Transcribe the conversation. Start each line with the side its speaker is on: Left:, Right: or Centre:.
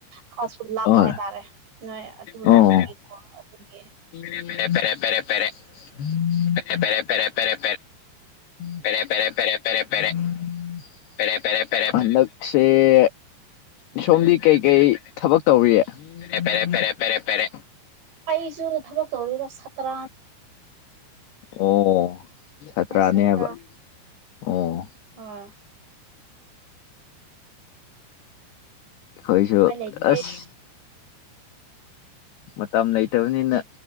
Right: ꯈꯁꯨ ꯂꯥꯞꯄ
Left: ꯍꯣꯏ
Right: ꯍꯥꯏꯇꯥꯔꯦ ꯅꯣꯏ ꯑꯗꯨꯔꯣꯝꯒꯤꯀꯣ
Left: ꯑꯣ
Right: ꯑꯗꯨꯒꯤ
Left: ꯄꯦꯔꯦ ꯄꯦꯔꯦ ꯄꯦꯔꯦ ꯄꯦꯔꯦ ꯄꯦꯔꯦ ꯄꯦꯔꯦ ꯄꯦꯔꯦ ꯄꯦꯔꯦ ꯄꯦꯔꯦ ꯄꯦꯔꯦ ꯄꯦꯔꯦ ꯄꯦꯔꯦꯞ ꯄꯦꯔꯦ ꯄꯦꯔꯦ ꯄꯦꯔꯦ ꯄꯦꯔꯦ ꯍꯟꯗꯛꯁꯦ ꯁꯣꯝꯗꯤ ꯀꯩꯀꯩ ꯊꯕꯛ ꯇꯧꯔꯤꯌꯦ ꯄꯦꯔꯦ ꯄꯦꯔꯦ ꯄꯦꯔꯦ ꯄꯦꯔꯦ ꯄꯦꯔꯦ
Right: ꯑꯩꯁꯨ ꯊꯕꯛ ꯇꯧꯗꯤꯗ ꯁꯇꯔ꯭ꯟ
Left: ꯑꯣ ꯁꯥꯇ꯭ꯔꯥꯅꯦꯕ
Right: ꯁꯥꯇ꯭ꯔꯥ
Left: ꯑꯣ
Right: ꯍꯣꯏ
Left: ꯍꯣꯏꯁꯨꯣ
Right: ꯎꯄꯥꯏ ꯂꯩꯇꯦ
Left: ꯑꯁ ꯃꯇꯝ ꯂꯩꯇꯕꯅꯤꯅ